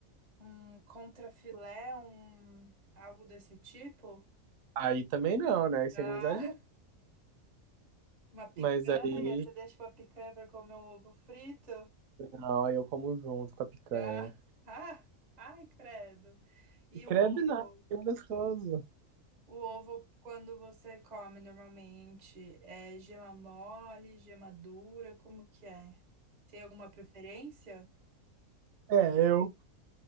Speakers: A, on the right; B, on the right.
A: Um contrafilé, um algo desse tipo?
B: Aí também não, né? Aí você
A: Ah,
B: nem exagera.
A: <laughs> uma picanha,
B: Mas aí,
A: você deixa uma picanha para comer um ovo frito?
B: não, aí eu como junto com a picanha.
A: Ah, <laughs> ah, ai, credo. E
B: Credo
A: o ovo?
B: nada, é gostoso.
A: O ovo, quando você come normalmente, é gema mole, gema dura, como que é? Tem alguma preferência?
B: É, eu,